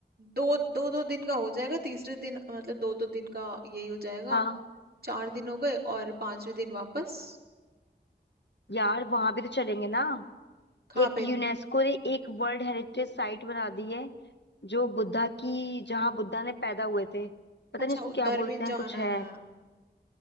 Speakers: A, on the right; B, on the left.
A: दो दो दो दिन का हो जाएगा तीसरे दिन मतलब दो दो दिन का यही हो जाएगा
B: हाँ
A: चार दिन हो गए और पांचवे दिन वापस
B: यार वहाँ भी तो चलेंगे ना
A: कहाँ
B: एक
A: पे
B: यूनेस्को ने एक वर्ल्ड हेरिटेज साइट बना दी है जो बुद्धा की जहाँ बुद्धा ने पैदा हुए थे पता
A: अच्छा
B: नहीं उसको
A: उधर
B: क्या बोलते
A: भी
B: हैं
A: जाना
B: कुछ है
A: है